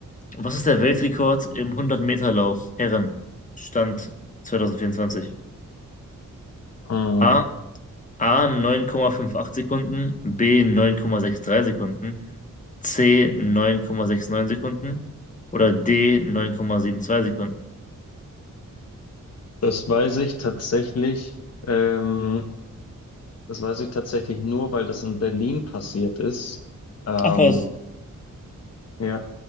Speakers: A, on the left (about 25°); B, on the left (about 50°).
A: was ist der Weltrekord im 100-Meter-Lauf Herren? Stand 2024.
B: Ah,
A: A, A 9,58 Sekunden, B 9,63 Sekunden, C 9,69 Sekunden oder D 9,72 Sekunden.
B: Das weiß ich tatsächlich, ähm, das weiß ich tatsächlich nur, weil das in Berlin passiert ist. Ähm,
A: Ach was.
B: ja,